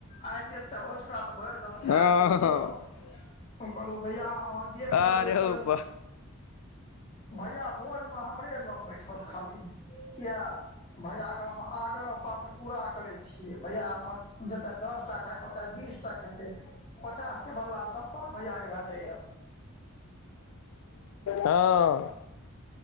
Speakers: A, on the left; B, on the left.
A: आइ देत। त अझका तऽ भरि दम खाय
B: हँ
A: लेल दियौ।
B: हँ
A: हम कहलहुँ भैया अहाँ जे
B: अरे
A: करबै
B: हौ
A: करू
B: बा
A: भैया भोझमे हमरे लग बैठत खाली किए। भैयाके हम आग्रह पात्र पूरा करै छियै भैया हमर जतय दस टा खाायके ओतय बीस चचा खेतैय पचास के बदला सत्तर भैया के भय जाय या
B: हँ